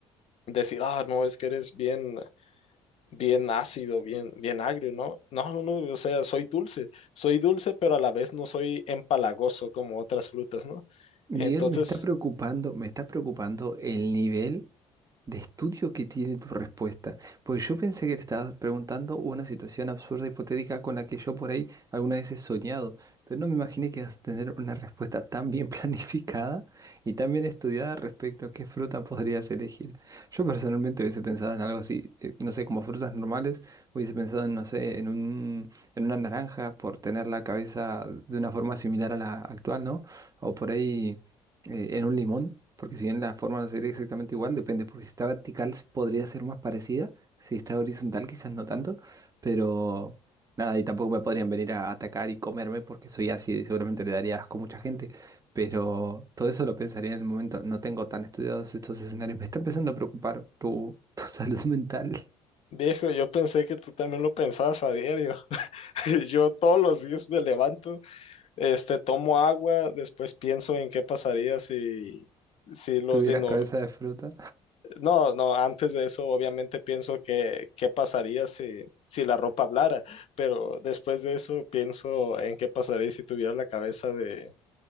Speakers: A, on the left; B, on the right.
A: decir, ah, no, es que eres bien, bien ácido, bien, bien agrio, ¿no? No, no, no, o sea, soy dulce, soy dulce, pero a la vez no soy empalagoso como otras frutas, ¿no?
B: Miguel,
A: Entonces,
B: me está preocupando, me está preocupando el nivel. de estudio que tiene tu respuesta. Pues yo pensé que te estabas preguntando una situación absurda, hipotética, con la que yo por ahí alguna vez he soñado, pero no me imaginé que ibas a tener una respuesta tan bien <laughs> planificada y tan bien estudiada respecto a qué fruta podrías elegir. Yo personalmente hubiese pensado en algo así, eh, no sé, como frutas normales, hubiese pensado en, no sé, en un, en una naranja por tener la cabeza de una forma similar a la actual, ¿no? O por ahí eh, en un limón, porque si bien la forma no sería exactamente igual, depende, porque si está vertical podría ser más parecida, si está horizontal quizás no tanto, pero nada, y tampoco me podrían venir a atacar y comerme porque soy así y seguramente le daría asco a mucha gente, pero todo eso lo pensaría en el momento, no tengo tan estudiados estos escenarios, me está empezando a preocupar tu, <laughs> tu salud mental,
A: Viejo, yo pensé que tú también lo pensabas a diario. <laughs> Yo todos los días me levanto, este, tomo agua, después pienso en qué pasaría si, si los
B: tuvieras
A: dino...
B: cabeza de fruta,
A: No, no, antes de eso obviamente pienso que qué pasaría si, si la ropa hablara, pero después de eso pienso en qué pasaría si tuviera la cabeza de,